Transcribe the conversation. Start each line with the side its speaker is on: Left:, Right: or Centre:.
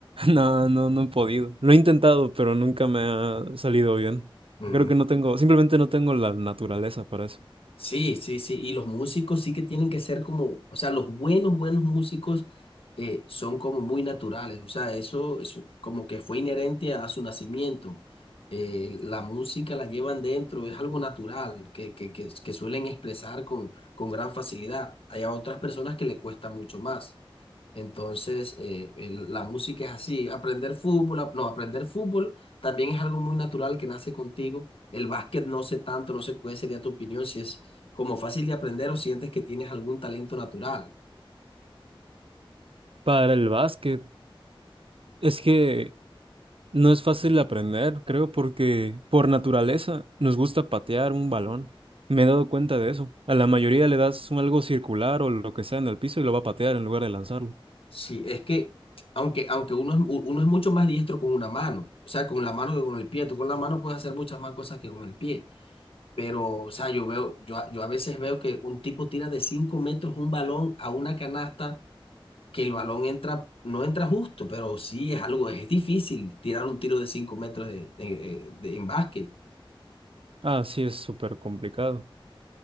Right: No, no, no he podido. Lo he intentado, pero nunca me ha salido bien.
Left: Ujú.
Right: Creo que no tengo, simplemente no tengo la naturaleza para eso.
Left: Sí, sí, sí. Y los músicos sí que tienen que ser como, o sea, los buenos, buenos músicos eh, son como muy naturales. O sea, eso, eso como que fue inherente a su nacimiento. Eh, la música la llevan dentro, es algo natural que, que, que, que suelen expresar con, con gran facilidad. Hay a otras personas que le cuesta mucho más. Entonces, eh, el- la música es así. Aprender fútbol, ap- no, aprender fútbol también es algo muy natural que nace contigo. El básquet no sé tanto, no sé cuál sería tu opinión, si es como fácil de aprender o sientes que tienes algún talento natural.
Right: Para el básquet, es que... No es fácil aprender, creo, porque por naturaleza nos gusta patear un balón. Me he dado cuenta de eso. A la mayoría le das un algo circular o lo que sea en el piso y lo va a patear en lugar de lanzarlo.
Left: Sí, es que, aunque, aunque uno es, u- uno es mucho más diestro con una mano, o sea, con la mano que con el pie. Tú con la mano puedes hacer muchas más cosas que con el pie. Pero, o sea, yo veo, yo, a- yo a veces veo que un tipo tira de 5 metros un balón a una canasta que el balón entra, no entra justo, pero sí es algo, es difícil tirar un tiro de 5 metros de, de- eh, de- en básquet.
Right: Ah, sí, es súper complicado.